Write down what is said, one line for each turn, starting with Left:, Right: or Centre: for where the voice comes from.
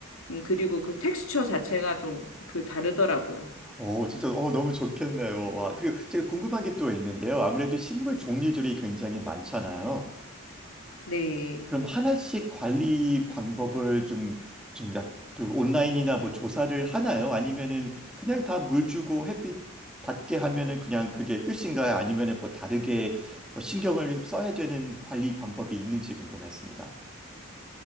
Left: 음, 그리고 그 텍스처 자체가 좀 그 다르더라고요.
Centre: 어, 진짜, 어, 너무 좋겠네요. 와, 그리고 제가 궁금한 게 또 있는데요. 아무래도 식물 종류들이 굉장히 많잖아요.
Left: 네.
Centre: 그럼 하나씩 관리 방법을 좀, 좀 약, 그 온라인이나 뭐 조사를 하나요? 아니면은 그냥 다 물 주고 햇빛 받게 하면은 그냥 그게 끝인가요? 아니면은 뭐 다르게 뭐 신경을 써야 되는 관리 방법이 있는지 궁금했습니다.